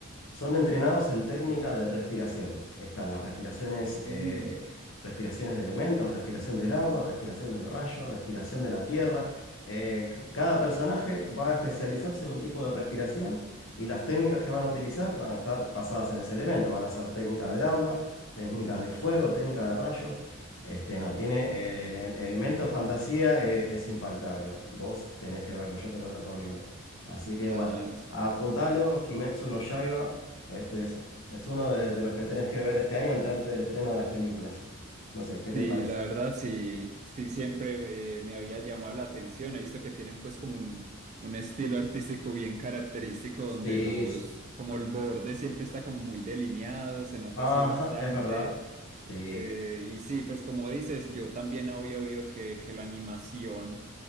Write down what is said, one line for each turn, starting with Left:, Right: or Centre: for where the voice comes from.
Left: son entrenados en técnica de respiración. Están las respiraciones, eh,
Right: Mm.
Left: respiraciones de elementos, respiración del agua, respiración del rayo, respiración de la tierra. Eh, c- cada personaje va a especializarse en un tipo de respiración y las técnicas que van a utilizar van a estar basadas en ese elemento. Van a ser técnicas de agua, técnicas de fuego, técnicas de rayos. Este, no, tiene eh, el, el elemento fantasía, eh, es infaltable. Vos tenés que verlo, yo te lo recomiendo. Así que
Right: Ya,
Left: bueno.
Right: es-
Left: Apuntalo, Kimetsu no Yaiba. Este es, es uno de, de los que tenés que ver este año ante- antes, del estreno de las películas. No sé, ¿qué te
Right: sí,
Left: parece?
Right: la verdad sí, sí siempre eh, me había llamado la atención. He visto que tienen pues como un, un estilo artístico bien característico donde
Left: Sí,
Right: los,
Left: sí.
Right: como el borde siempre está como muy delineado, se nota
Left: Ajá,
Right: así bastante.
Left: es verdad. Sí.
Right: Eh, y sí, pues como dices, yo también había oído que, que la animación